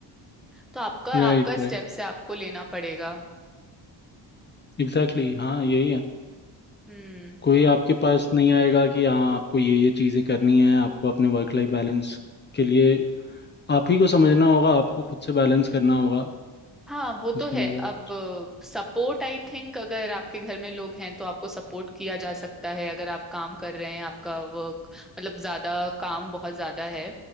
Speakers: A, in the centre; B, on the left.
A: तो
B: <laughs>
A: आपका
B: Right
A: आपका
B: right
A: स्टेप से आपको लेना पड़ेगा
B: एग्जैक्टली हाँ यही है
A: हम्म
B: कोई आपके पास नहीं आएगा कि हाँ आपको ये ये चीज़ें करनी है आपको अपने वर्क लाइफ बैलेंस के लिए आप ही को समझना होगा आपको खुद से बैलेंस करना होगा
A: हाँ वो तो
B: उसके
A: है
B: अलावा
A: अब
B: और कुछ-
A: सपोर्ट आई थिंक अगर आपके घर में लोग हैं तो आपको सपोर्ट किया जा सकता है अगर आप काम कर रहे हैं आपका वर्क मतलब ज्यादा काम बहुत ज्यादा है